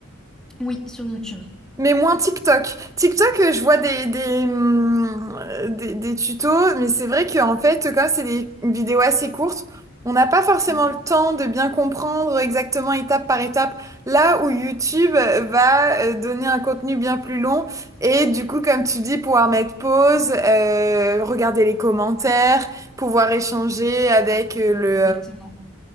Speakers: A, in the centre; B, on the right.
A: Oui, sur YouTube.
B: Mais moins TikTok. TikTok, euh, je vois des, des, hum, euh, des, des tutos, mais c'est vrai qu'en fait, comme c'est des vidéos assez courtes, on n'a pas forcément
A: Mm,
B: le temps de bien comprendre exactement étape par étape, là où YouTube euh, va euh, donner un contenu bien plus long et du coup, comme tu dis, pouvoir mettre pause, euh, regarder les commentaires, pouvoir échanger avec euh,
A: Exactement.